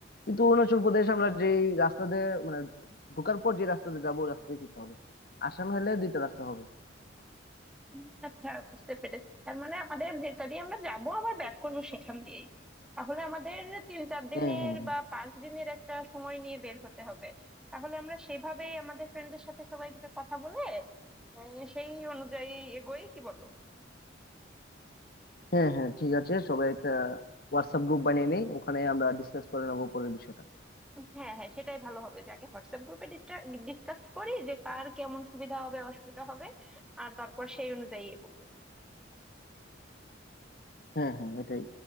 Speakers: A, on the left (about 50°); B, in the centre.
A: কিন্তু অরুণাচল প্রদেশ আমরা যে রাস্তা দিয়ে মানে ঢোকার পর যে রাস্তা দিয়ে যাবো ওই রাস্তা দিয়ে ফিরতে হবে আসাম হলে দুইটা রাস্তা হবে
B: হুম। আচ্ছা বুঝতে পেরেছি তার মানে আমাদের যেটা দিয়ে আমরা যাব আবার ব্যাক করবো সেখান দিয়েই তাহলে আমাদের তিন চার দিনের
A: হ্যাঁ হ্যাঁ হ্যাঁ
B: বা পাঁচ দিনের একটা সময় নিয়ে বের হতে হবে তাহলে আমরা সেভাবেই আমাদের ফ্রেন্ডদের সাথে সবাই মিলে কথা বলে আহ, সেই অনুযায়ী এগোই কি বলো
A: হ্যাঁ হ্যাঁ ঠিক আছে সবাই একটা হোয়াটসঅ্যাপ গ্রুপ বানিয়ে নিই ওখানে আমরা ডিসকাস করে নেবো পরের বিষয়টা
B: হ্যাঁ হ্যাঁ সেটাই ভালো হবে যে আগে হোয়াটসঅ্যাপ গ্রুপে ডিসকাস করি যে কার কেমন সুবিধা হবে অসুবিধা হবে আর তারপর সেই অনুযায়ী এগোবো
A: হ্যাঁ হ্যাঁ এটাই